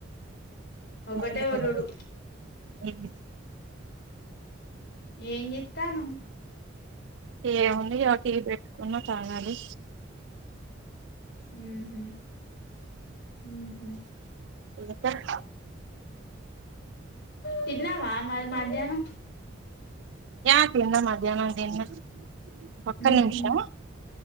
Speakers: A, on the left; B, on the right.
A: ఒకటే
B: సరే
A: ఒరుడు
B: సరే హు
A: ఏం చెత్తాన్నవ్
B: ఏంవుంది అ టి వి పెట్ క్కున్న తాంగది
A: ఉహు ఈహు
B: మితర్
A: తిన్నావా మరి మధ్యానం
B: యా తిన్నా మధ్యానం తిన్న ఒక్క
A: ఉహు
B: నిమిషం